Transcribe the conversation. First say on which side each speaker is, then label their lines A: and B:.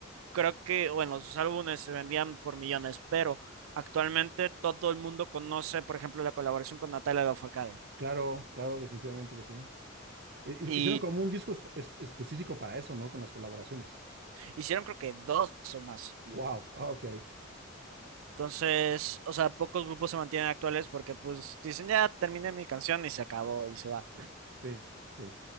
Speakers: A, on the right; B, on the right.
A: creo que, bueno, sus álbumes se vendían por millones, pero actualmente todo el mundo conoce, por ejemplo, la colaboración con Natalia Lafourcade.
B: Claro, claro, definitivamente que sí. Hi- hi-
A: Y
B: Hicieron como un disco espe- es- específico para eso, ¿no? Con las colaboraciones.
A: hicieron creo que dos o más.
B: Wow, ah, ok.
A: Entonces, o sea, pocos grupos se mantienen actuales porque pues dicen, ya terminé mi canción y se acabó y se va.
B: Sí, sí, sí.